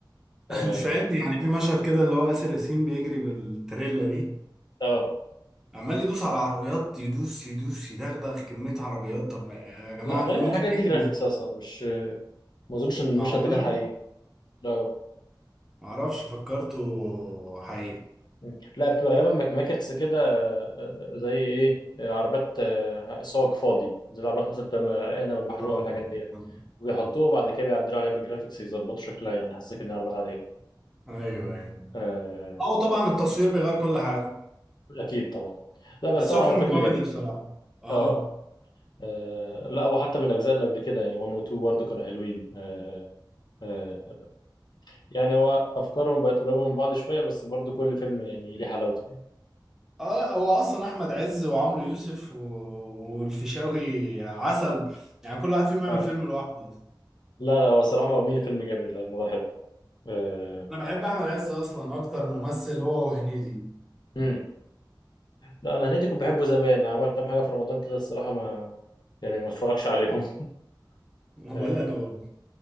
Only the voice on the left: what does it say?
اه
آه.
لا غالبا
الحاجات
دي جرافيكس اصلا مش ما اظنش ان
المشهد ده كان حقيقي لا
مم. لا بتبقى غالبا ماكماكتس كده آه، آه، زي ايه آه، عربيات آه، صاج فاضي زي العربيات مثلا بتبقى غرقانه والمحروقه
والحاجات ديت
وبيحطوه
وبعد كده بيعدلوا عليها بالجرافيكس يظبطوا شكلها يعني حسيت انها عربيات عاديه
آه،
اكيد طبعا لا بس
طبعا
هو فيلم
جامد
اه آه، لا وحتى من الاجزاء اللي قبل كده يعني 1 و 2 برضه كانوا حلوين آه، آه، يعني هو افكارهم بقت قريبه من بعض شويه بس برضو كل فيلم يعني ليه حلاوته يعني
اه
لا لا هو صراحه مقومين الفيلم جامد لا الموضوع حلو آه.
امم لا انا هنيدي كنت بحبه زمان عمل كام حاجه في رمضان كده الصراحه ما يعني ما اتفرجش عليهم <laughs>
آه.